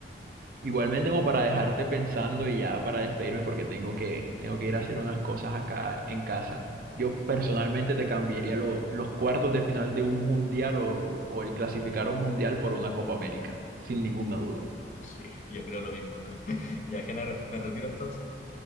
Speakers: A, on the right; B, on the left.
A: Igualmente como para dejarte pensando y ya para despedirme porque tengo que, tengo que ir a hacer unas cosas acá en casa. Yo personalmente te cambiaría lo- los cuartos de final de un mundial o, o el clasificar a un mundial por una Copa América, sin ninguna duda.
B: Sí, yo creo lo mismo. <laughs> Ya, Genaro, me retiro entonces.